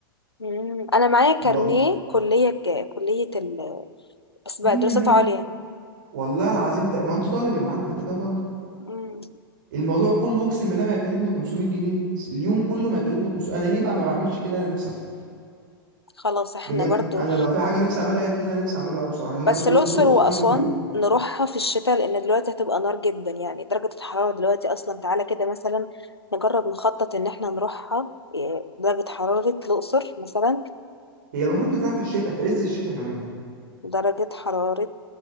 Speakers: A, on the left (about 85°); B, on the right (about 55°).
A: مم. أنا معايا كارنيه
B: والله
A: كلية كلية ال... بس
B: 100
A: بقى دراسات
B: 100
A: عليا
B: والله العظيم ت- ما انت طالب يا معلم انت كده طالب
A: مم.
B: الموضوع كله اقسم بالله ما يكلفني 500 جنيه اليوم كله ما يكلفني 500 انا ليه بقى ما بعملش كده انا نفسي أفهم.
A: خلاص احنا
B: بجد
A: برضو
B: انا لو في حاجه نفسي اعملها هي دي اللي انا نفسي اعملها قوي بصراحه ان انا
A: بس
B: اروح الاقصر
A: الأقصر
B: واسوان
A: وأسوان
B: اقضي يوم
A: نروحها في الشتاء لأن دلوقتي هتبقى نار جدا يعني درجة الحرارة دلوقتي أصلا تعالى كده مثلا نجرب نخطط إن احنا نروحها إيه، درجة حرارة الأقصر مثلا
B: هي المفروض بتتراح في الشتاء في عز الشتاء كمان
A: درجة حرارة